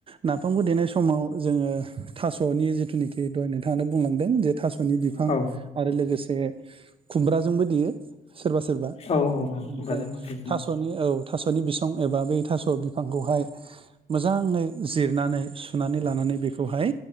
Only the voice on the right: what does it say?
नाफामखौ देनाय समाव जोङो थास'नि जिथुनिखि दहाय नोंथांआनानै बुंलांदों जे थास'नि बिफां
आरो लोगोसे खुमब्राजोंबो देयो। सोरबा सोरबा
बेनिफ्राय
थास'नि औ। थास'नि बिसं एबा बै थास' बिफांखौहाय मोजाङै जिरनानै सुनानै लानानै बेखौहाय